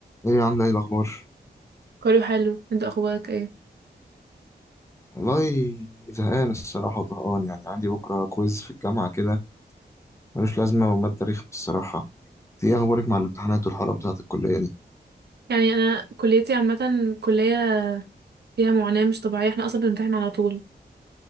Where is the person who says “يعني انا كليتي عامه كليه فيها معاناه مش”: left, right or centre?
Right